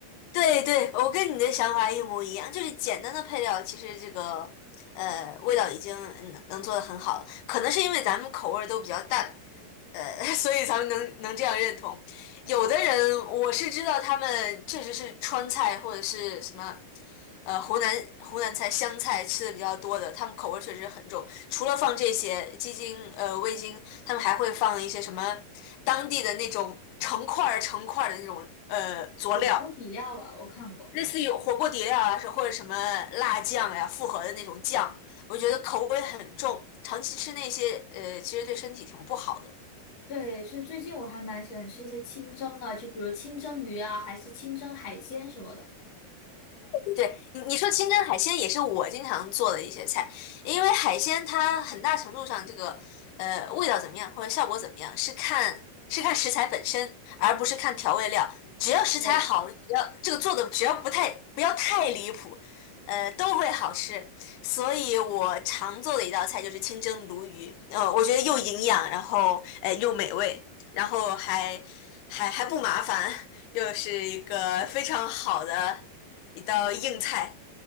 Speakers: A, on the left; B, on the left.
A: 对对，我跟你的想法一模一样，就是简单的配料，其实这个呃味道已经能能做得很好了，可能是因为咱们口味儿都比较淡，呃，<laughs> 所以咱们能能这样认同。有的人我是知道，他们确实是川菜或者是什么，呃，湖南湖南菜、湘菜吃的比较多的，他们口味确实很重。除了放这些鸡精、呃味精，他们还会放一些什么当地的那种成块儿成块儿的那种呃佐料，
B: 火锅底料吧，我看过。
A: 类似于火锅底料啊，是或者什么辣酱呀、复合的那种酱，我觉得口味很重，长期吃那些呃，其实对身体挺不好的。
B: 对，是最近我还蛮喜欢吃一些清蒸的，就比如清蒸鱼啊，还是清蒸海鲜什么的。
A: 对，你你说清蒸海鲜也是我经常做的一些菜，因为海鲜它很大程度上这个呃味道怎么样或者效果怎么样是看是看食材本身，而不是看调味料。只要食材好，
B: 对，
A: 只要这个做的只要不太不要太离谱，呃都会好吃。所以我常做的一道菜就是清蒸鲈鱼，呃，我觉得又营养，然后呃又美味，然后还还还不麻烦，<laughs> 又是一个非常好的。一道硬菜。